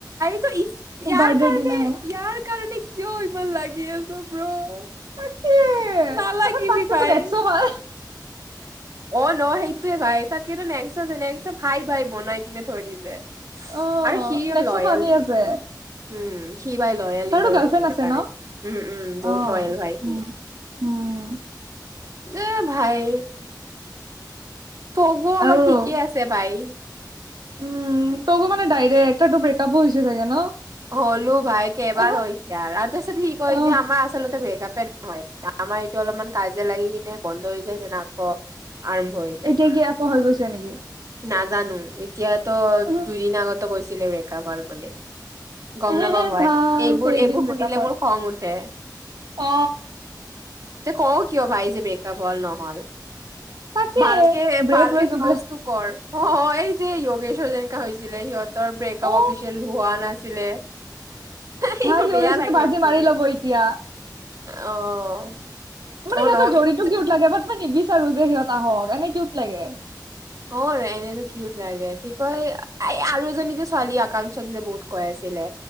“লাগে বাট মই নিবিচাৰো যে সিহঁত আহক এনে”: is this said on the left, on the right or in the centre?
Right